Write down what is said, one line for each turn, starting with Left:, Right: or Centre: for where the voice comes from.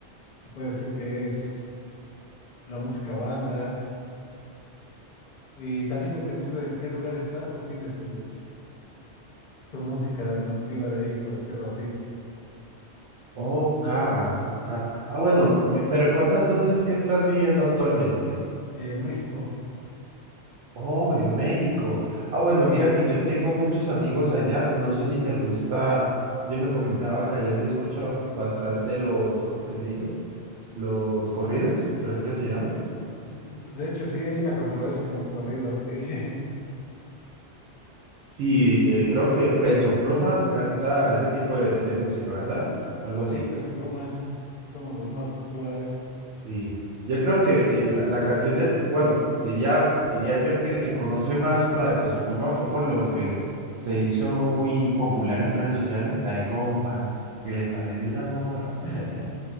Left: se puede decir que es la música banda. Y también dependiendo de en qué lugar está, pues tiene su, su música nativa de ahí, por decirlo así.
Right: ok, ok. Ah, bueno,
Left: U-
Right: ¿me, me recuerdas dónde es que estás viviendo actualmente?
Left: en México.
Right: Oh, en México. Ah, bueno, mira que yo tengo muchos amigos allá. No sé si te gusta. Yo me comentaba que allá se escuchaban bastante los, ¿cómo es que se dice? Los corridos, creo es que se llaman?
Left: De hecho, sí, hay una controversia con los corridos, sí. <laughs>
Right: Sí, eh, creo que Peso Pluma canta ese tipo de, de música, ¿verdad? Algo así.
Left: Sí, Peso Pluma es uno de los más populares.
Right: Sí, yo creo que eh, la, la canción de, bueno, diría, diría yo que se conoce más la de Peso Pluma fue por lo que se hizo muy popular en redes sociales, la de compa, que le parece esa morra.
Left: <laughs>
Right: <laughs>